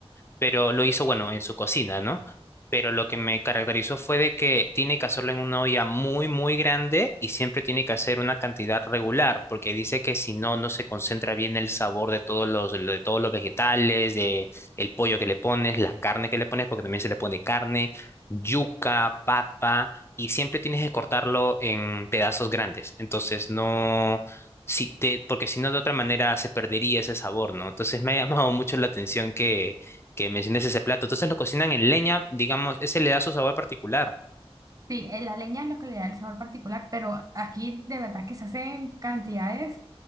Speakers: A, on the left; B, on the right.
A: pero lo hizo, bueno, en su cocina, ¿no? Pero lo que me caracterizó fue de que tiene que hacerlo en una olla muy, muy grande y siempre tiene que hacer una cantidad regular, porque dice que si no, no se concentra bien el sabor de todos los, de todos los vegetales, de el pollo que le pones, la carne que le pones, porque también se le pone carne, yuca, papa, y siempre tienes que cortarlo en pedazos grandes. Entonces, no, si te, porque si no, de otra manera se perdería ese sabor, ¿no? Entonces, me ha llamado mucho la atención que que menciones ese plato. Entonces lo cocinan en leña, digamos, ese le da su sabor particular.
B: Sí, eh, la leña es lo que le da el sabor particular, pero aquí de verdad que se hacen cantidades